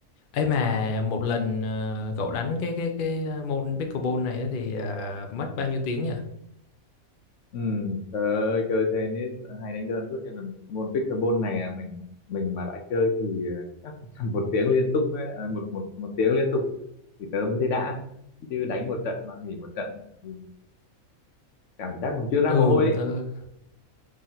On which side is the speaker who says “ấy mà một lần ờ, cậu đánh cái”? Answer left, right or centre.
Left